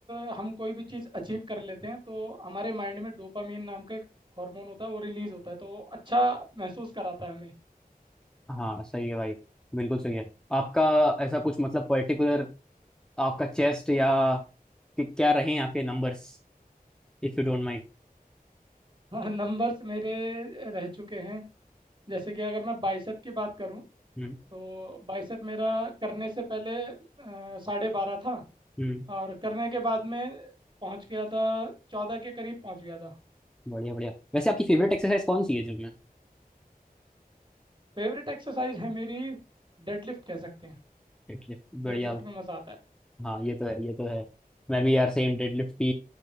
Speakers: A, on the right (about 30°); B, in the centre.
A: अ, हम कोई भी चीज़ अचीव कर लेते हैं तो हमारे माइंड में डोपामीन नाम का एक हार्मोन होता है वो रिलीज़ होता है तो वो अच्छा महसूस कराता है हमें
B: हाँ सही है भाई बिल्कुल सही है आपका ऐसा कुछ मतलब पर्टिकुलर आपका चेस्ट या कि क्या रहे आपके numbers if you don't mind
A: <laughs> नंबर्स मेरे रह चुके हैं जैसे कि अगर मैं बाइसेप की बात करूं
B: हम्म
A: तो बाइसेप मेरा करने से पहले अ, साढ़े बारह था
B: हम्म
A: और करने के बाद में पहुंच गया था चौदह के करीब पहुंच गया था
B: बढ़िया बढ़िया वैसे आपकी फेवरेट एक्सरसाइज कौन सी है जिम में
A: फेवरेट एक्सरसाइज है मेरी डेडलिफ्ट कह सकते हैं
B: डेडलिफ्ट बढ़िया
A: डेडलिफ्ट में मज़ा आता है
B: हाँ ये तो है ये तो है मैं भी यार सेम डेडलिफ्ट भी